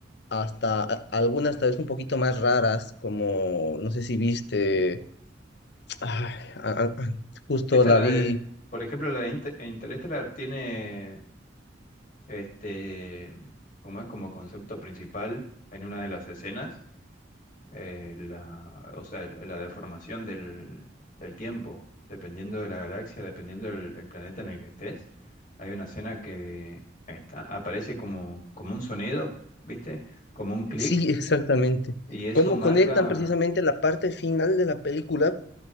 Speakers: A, on the left; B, on the left.
A: hasta a- algunas tal vez un poquito más raras, como no sé si viste, ay, a- a- justo
B: Esa
A: la
B: la
A: vi,
B: de, por ejemplo, la de Inter- Interstellar tiene, este, como es como concepto principal en una de las escenas. eh, la, o sea, el- la deformación del, del tiempo, dependiendo de la galaxia, dependiendo del el planeta en el que estés. Hay una escena que está, aparece como, como un sonido, ¿viste? Como un clic,
A: sí, exactamente,
B: y eso
A: cómo
B: marca...
A: conectan precisamente la parte final de la película